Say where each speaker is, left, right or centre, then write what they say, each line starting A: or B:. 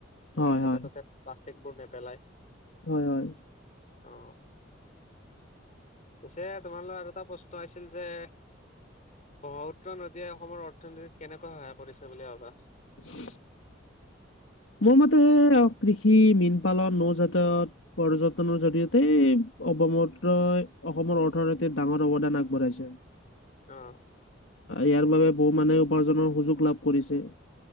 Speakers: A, on the left; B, on the left.
A: যাতে
B: হয়
A: য'তে
B: হয়
A: ত'তে প্লাষ্টিকবোৰ নেপেলয়।
B: হয়, হয়।
A: অ। পিছে তোমালৈ আৰু এটা প্ৰশ্ন আছিল যে ব্ৰহ্মপুত্ৰ নদীয়ে অসমৰ অৰ্থনীতিত কেনেকৈ সহায় কৰিছে বুলি ভাবা
B: <unintelligible> মোৰ মতে কৃষি, মীন পালন, নৌ যাতায়ত পৰ্যটনৰ জৰিয়তে অ ব্ৰহ্মপুত্ৰই অসমৰ অৰ্থনীতিত ডাঙৰ অৱদান আগবঢ়াইছে
A: অ।
B: ইয়াৰ বাবে বহু মানুহে উপাৰ্জনৰ সুযোগ লাভ কৰিছে,